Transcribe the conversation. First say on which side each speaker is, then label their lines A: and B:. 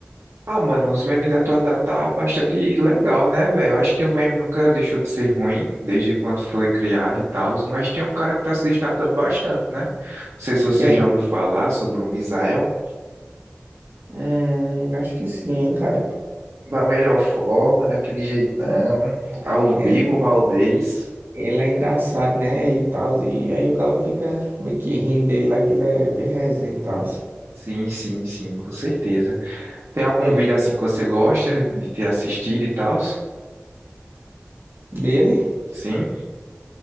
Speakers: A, on the right (about 75°); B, on the right (about 55°).
A: Ah, mano, os memes da atualidade tá bastante legal, né, velho? Eu acho que o meme nunca deixou de ser ruim, desde quando foi criado e tal, mas tem um cara que tá se destacando bastante, né? Não sei se você
B: Quem?
A: já ouviu falar sobre o Misael.
B: Hum, acho que sim, cara.
A: Da melhor forma, daquele jeitão,
B: É,
A: ao vivo, Valdez.
B: ele é engraçado, né? E tal, e aí o cara fica meio que rindo dele lá, que ele é bem resenha e tal.
A: Sim, sim, sim, com certeza. Tem algum vídeo assim que você gosta de ter assistido e tal?
B: Dele?
A: Sim?